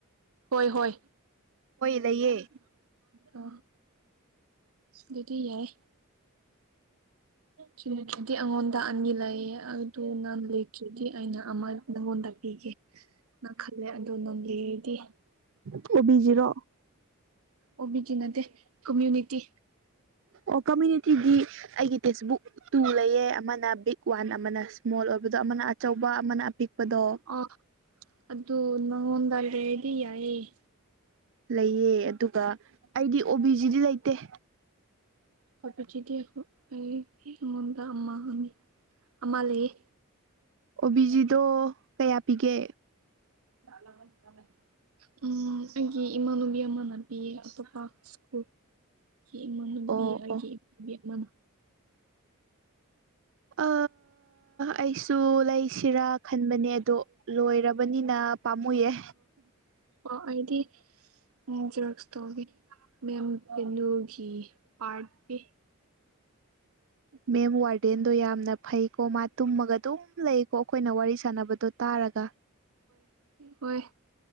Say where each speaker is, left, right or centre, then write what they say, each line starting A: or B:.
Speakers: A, on the right; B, on the right.
A: ꯍꯣꯏ ꯍꯣꯏ
B: ꯂꯩꯌꯦ
A: ꯑ ꯑꯗꯨꯗꯤ ꯌꯥꯏ ꯆꯗꯗꯤ ꯑꯩꯉꯣꯟꯗ ꯑꯅꯤ ꯂꯩꯌꯦ ꯑꯗꯨ ꯅꯪ ꯂꯩꯇ꯭ꯔꯗꯤ ꯑꯩꯅ ꯑꯃ ꯅꯪꯉꯣꯟꯗ ꯄꯤꯒꯦꯅ ꯈꯜꯂꯦ ꯑꯗꯨ ꯅꯣꯂꯤꯗꯤ
B: ꯑꯣꯕꯤꯖꯤꯔꯣ
A: ꯑꯣꯕꯤꯒꯤ ꯅꯗꯦ ꯀꯃ꯭ꯨꯅꯤꯇꯤ
B: ꯎ ꯑꯣ ꯀꯝꯃ꯭ꯌꯨꯅꯤꯇꯤꯗꯤ ꯑꯩꯒꯤ ꯇꯦꯛꯁ ꯕꯨꯛ ꯇꯨ ꯂꯩꯌꯦ ꯑꯃꯅ ꯕꯤꯛ ꯋꯥꯟ ꯑꯃꯅ ꯏꯁꯃꯣꯜ ꯑꯣꯏꯕꯗꯣ ꯑꯃꯅ ꯑꯆꯧꯕ ꯑꯃꯅ ꯑꯄꯤꯛꯄꯗꯣ
A: ꯑꯥ ꯑꯗꯨ ꯅꯉꯣꯟꯗ ꯂꯩꯗꯤ ꯌꯥꯏꯌꯦ
B: ꯂꯩꯑꯦ ꯑꯗꯨꯒ ꯑꯩꯗꯤ ꯑꯣ ꯕꯤꯖꯤꯗꯤ ꯂꯩꯇꯦ
A: ꯀ ꯆꯗꯤ ꯑꯩꯨꯟꯗ ꯑꯃꯥ ꯍꯅꯤ ꯑꯃ ꯂꯩꯌꯦ
B: ꯑꯣꯕꯤꯖꯤꯗꯣ ꯀꯌꯥ ꯄꯤꯒꯦ
A: ꯂꯅꯃꯦ ꯎꯝ ꯑꯩꯒꯤ ꯏꯃꯥꯟꯅꯨꯕꯤ ꯑꯃꯅꯕꯤꯌꯦ ꯑꯇꯣꯞꯄ ꯁ꯭ꯀꯨꯜ ꯑꯩꯒꯤ ꯏꯃꯝ ꯅꯨꯄꯤ
B: ꯑꯣ
A: ꯑꯩꯒꯤ
B: ꯑꯣ
A: ꯏꯨ ꯑꯃꯃ
B: ꯑ ꯑꯩꯁꯨ ꯂꯩꯁꯤꯔꯥ ꯈꯟꯕꯅꯦ ꯑꯗꯣ ꯂꯣꯏꯔꯕ ꯕꯅꯤꯅ ꯄꯥꯝꯃꯨꯌꯦꯦ
A: ꯑꯣ ꯑꯩꯗꯤ ꯎꯝ ꯔꯦꯛꯁꯇꯣꯕꯤ ꯃꯦꯝ ꯄꯦꯅꯨꯒꯤ ꯄꯥꯔꯇꯤ
B: ꯃꯦꯝ ꯋꯥꯔꯗꯦꯟꯗꯣ ꯌꯥꯝꯅ ꯐꯩꯀꯣ ꯃꯥ ꯇꯨꯝꯃꯒ ꯑꯗꯨꯝ ꯂꯩꯀꯣ ꯑꯩꯈꯣꯏꯅ ꯋꯥꯔꯤ ꯁꯥꯟꯅꯕꯗꯣ ꯇꯥꯔꯒ
A: ꯑꯣꯏꯣꯏ